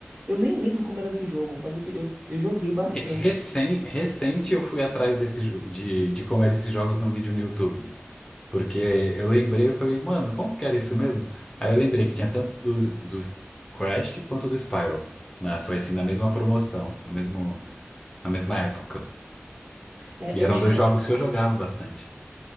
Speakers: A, on the right; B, on the left.
A: Eu nem lembro como era esse jogo, mas eu, te- eu, eu joguei bastante.
B: Recém, recente eu fui atrás desse, jo- de, de como eram esses jogos num vídeo no YouTube. Porque eu lembrei, eu falei, mano, como que era isso mesmo? Aí eu lembrei que tinha tanto do, do Crash quanto do Spyro. Né? Foi assim, na mesma promoção, no mesmo, na mesma época.
A: É,
B: E
A: eu
B: eram
A: tinha.
B: dois jogos que eu jogava bastante.